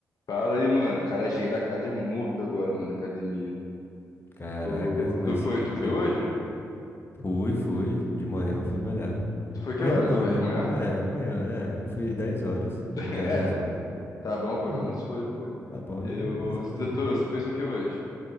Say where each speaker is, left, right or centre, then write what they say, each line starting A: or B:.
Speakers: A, on the left (about 60°); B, on the left (about 35°).
A: Fala aí, mano. Cara, cheguei da casa de morto agora, mano, da academia.
B: Caraca,
A: Tu,
B: mas
A: tu foi, tu foi
B: é,
A: hoje?
B: fui, fui. De manhã eu fui malhar.
A: Tu foi que
B: Manhã
A: horas?
B: não,
A: Foi
B: né?
A: de manhã?
B: É, manhã, é. Eu fui dez horas.
A: <laughs>
B: dez
A: É,
B: às 11.
A: tá bom, pelo
B: É.
A: menos foi, pô.
B: Tá bom,
A: Eu,
B: né? Exatamente.
A: tu, tu, tu- você fez o que hoje?